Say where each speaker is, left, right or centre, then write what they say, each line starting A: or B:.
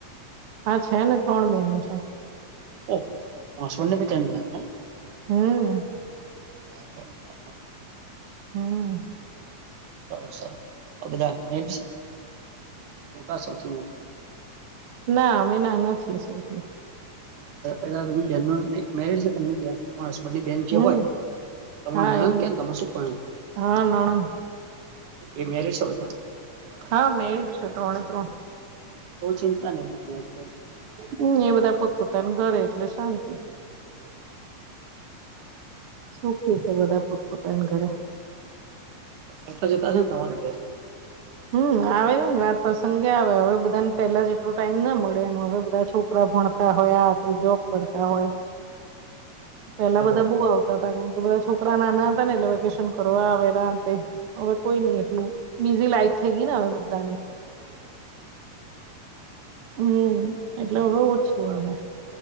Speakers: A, on the right; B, on the right.
A: હા છે, ને ત્રણ બહેનો છે.
B: ઓહ હસબડને ભી ત્રણ <unintelligible> એમ?
A: હમ.
B: બરાબર. બરાબર
A: હમ્મ.
B: તો સરસ આ બધા મેપ મોટા સૌથી.
A: ના અમે નાના છીએ સૌથી.
B: એલા એલા એની બેન નો મેરેજ હે તમને ત્યાં. તમારા હસબન્ડ ની બેન જે
A: હમ
B: હોય તમાર
A: હા
B: નણંદ
A: એ
B: કે તમાર શું કો.
A: હા નણંદ
B: એ મેરીડ છે બધા?
A: હા મેરીડ છે ત્રણે ત્રણ.
B: બો ચિંતા નહી હોતીબર.
A: હમ્મ એ બધા પોતપોતાનું ઘરે એટલે શાંતિ. સુખી છે બધા પોતપોતાની ઘરેે.
B: આતા જતા છે ને તમારે ઘેર.
A: હમ્મ આવે ને વાત પ્રસંગે આવે હવે બધાને પેલા જેટલો ટાઈમ ના મળે એમ હવે બધા છોક પ્રો ભણતા હોય આ જબ કરતા હોય.
B: <inaudible>
A: પેલા
B: બરાબર.
A: બધા બઉ આવતા હતા કારણ કે બધા છોકરા નાના ને એટલે વેકેશન કરવા આવેલા તે હવે કોઈ નઈ એટલું બીઝી લાઈફ થઈ ગઈ ને હવે બધા ને. હમ્મ એટલે અવે ઓછું આવે.